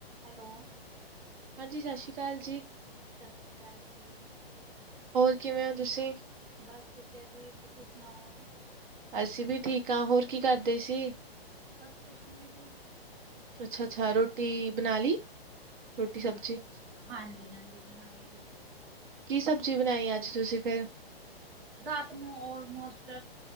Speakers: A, on the right; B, on the right.
A: Hello.
B: ਹਾਂਜੀ‌। ਸਸਰੀ ਕਾਲ ਜੀ।
A: ਸਸਰੀ ਕਾਲ ਜੀ।
B: ਹੋਰ ਕਿਵੇਂ ਓ ਤੁਸੀਂ?
A: ਬਸ ਠੀਕ ਐ ਜੀ। ਤੁਸੀਂ ਸੁਣਾਓ?
B: ਅਸੀਂ ਵੀ ਠੀਕ ਆਂ। ਹੋਰ ਕੀ ਕਰਦੇ ਸੀ?
A: ਬਸ ਕੁਛ ਨੀ ਜੀ।
B: ਅੱਛਾ-ਅੱਛਾ, ਰੋਟੀ ਬਣਾ ਲਈ। ਰੋਟੀ, ਸਬਜ਼ੀ
A: ਬਸ ਹਾਂਜੀ-ਹਾਂਜੀ। ਬਣਾ ਲਈ ਜੀ।
B: ਕੀ ਸਬਜ਼ੀ ਬਣਾਈ ਐ ਅੱਜ ਤੁਸੀਂ ਫੇਰ?
A: ਰਾਤ ਨੂੰ ਆਲਮੋਸਟ